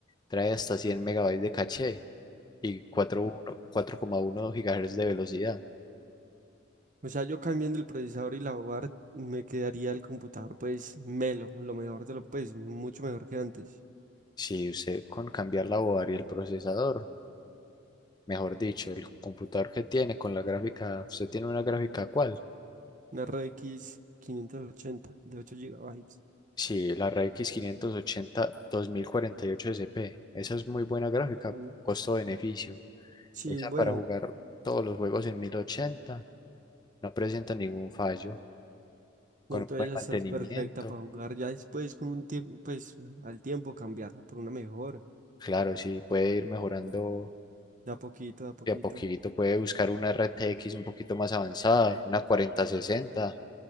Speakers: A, on the left; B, on the right.
A: trae hasta 100 megabytes de caché y 4 4,1 gigahertz de velocidad.
B: O sea, yo cambiando el procesador y la board me quedaría el computador pues Melo, lo mejor de lo pues, mucho mejor que antes.
A: Si usted con cambiar la board y el procesador, mejor dicho, el computador que tiene con la gráfica, usted tiene una gráfica ¿cuál?
B: Una RX 580 de 8 gigabytes
A: Sí, la RX 580 2048 SP. Esa es muy buena gráfica,
B: Ujú.
A: costo-beneficio.
B: Sí,
A: Esa
B: bueno,
A: para jugar todos los juegos en 1080, No presenta ningún fallo. Con
B: entonces
A: un buen
B: ya
A: mantenimiento.
B: está es perfecta para jugar. Ya después con un tiempo, pues al tiempo cambiarla por una mejor,
A: Claro, sí, puede ir mejorando
B: de a poquito, de a poquito.
A: de a poquito. Puede buscar una RTX un poquito más avanzada, una cuarenta sesenta,